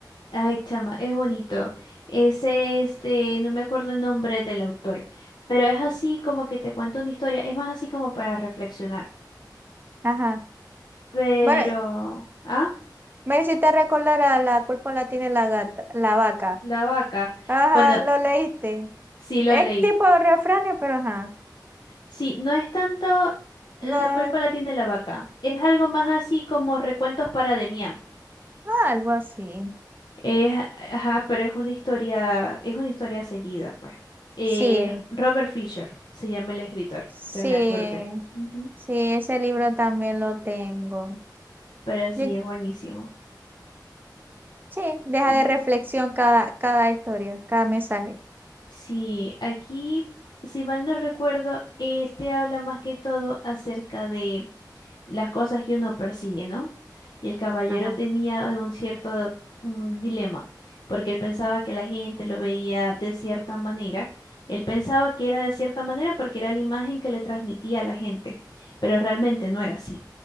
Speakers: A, on the left (about 75°); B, on the right (about 25°).
A: Ay, chama, es bonito. Ese, este, no me acuerdo el nombre del autor, pero es así como que te cuento una historia, es más así como para reflexionar.
B: Ajá.
A: Pero,
B: Bueno,
A: ah,
B: me hiciste recordar a la culpa la tiene la gata, la vaca.
A: la vaca.
B: Ajá,
A: Bueno,
B: lo leíste.
A: sí lo
B: Es
A: leí.
B: tipo refrán, pero ajá.
A: Sí, no es tanto la
B: No,
A: culpa la tiene la vaca, es algo más así como recuentos para Demián.
B: algo así.
A: Es, ajá, pero es una historia, es una historia seguida, pues. Eh,
B: Sí,
A: Robert Fisher se llama el escritor,
B: sí,
A: ya me acordé, Ujú.
B: sí, ese libro también lo tengo.
A: pero sí,
B: Yo-
A: es buenísimo.
B: sí, deja
A: El-
B: de reflexión cada, cada historia, cada mensaje.
A: sí, aquí, si mal no recuerdo, este habla más que todo acerca de las cosas que uno persigue, ¿no? Y el caballero
B: Ajá,
A: tenía algún cierto mm, dilema, porque él pensaba que la gente lo veía de cierta manera. Él pensaba que era de cierta manera porque era la imagen que le transmitía a la gente, pero realmente no era así.